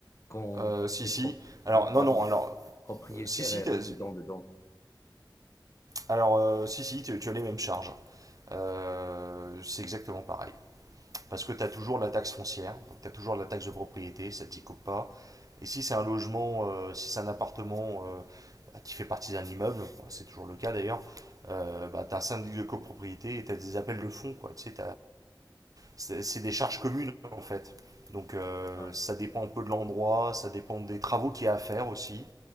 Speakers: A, on the left; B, on the right.
A: Quand
B: Euh, si
A: t'es
B: si.
A: pro...
B: Alors
A: non, pardon,
B: non non alors
A: propriétaire
B: euh, si si
A: et
B: t'as-
A: résident dedans.
B: alors euh, si si tu, tu as les mêmes charges. Euh, c'est exactement pareil. Parce que tu as toujours la taxe foncière, donc tu as toujours la taxe de propriété, ça ne t'y coupe pas. Et si c'est un logement, euh, si c'est un appartement euh, bah, qui fait partie d'un immeuble, bon, c'est toujours le cas d'ailleurs, euh, bah, tu as un syndic de copropriété et tu as des appels de fonds. Quoi. Tu sais, c'est c'est des charges communes en fait. Donc euh,
A: Ah,
B: ça dépend un peu de l'endroit, ça dépend des travaux qu'il y a à faire aussi.